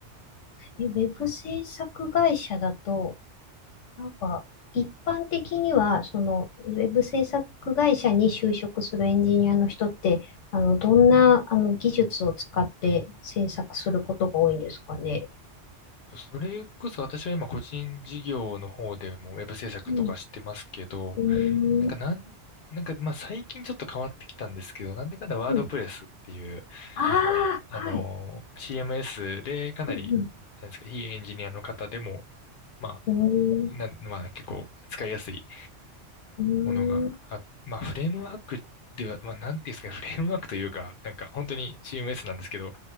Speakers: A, on the left (about 80°); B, on the left (about 55°).
A: え、ウェブ制作会社だと、なんか、一般的には、その、ウェブ制作会社に就職するエンジニアの人って、あの、どんな、あの、技術を使って制作することが多いんですかね。
B: それこそ私は今個人事業の方でもウェブ制作とかしてますけど、
A: うん。うー
B: なんかなん、なんかまあ最近ちょっと変わってきたんですけど、なんだかんだワードプレスっていう、
A: ん。あ
B: あの、
A: あ、はい。
B: CMS でかなり、
A: うん
B: なんですか、非エンジニアの方でも、ま
A: うん。
B: あ、なん、まあ結構使いやすい
A: うーん。
B: ものがあ、
A: うーん。
B: まあフレームワークでは、まあなんていうんですかね、フレームワークというか、なんか本当に CMS なんですけど、